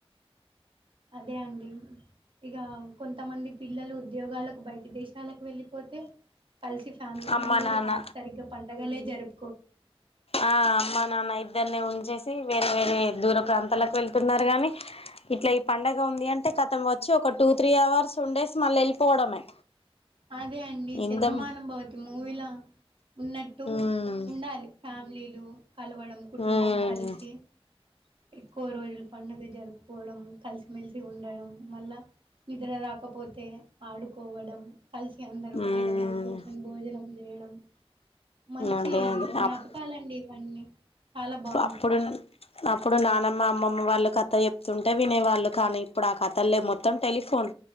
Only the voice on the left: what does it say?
అమ్మ
నాన్న
ఆ అమ్మ నాన్న ఇద్దన్నే ఉంచి చ్చేసి వేరే వేరే దూర ప్రాంతాలకు వెళ్తున్నారు గాని ఇట్లా ఈ పంండగ ఉంది అంటే కతం వచ్చు ఒక టూ త్రీ అవర్స్ ఉండే స్ మల్ళ వెళ్ళిపోవడమే
ఇందం
ఉమ్
ఉమ్
ఉమ్
అదే అదే
అప్
అప్పుడు అప్పుడు నానమ్మ అమ్మమ్మ వాళ్ళు కథ చెప్తుంటే వినేవాళ్ళు కానీ ఇప్పుడు ఆ కథ లే మొత్తం టెలిఫోన్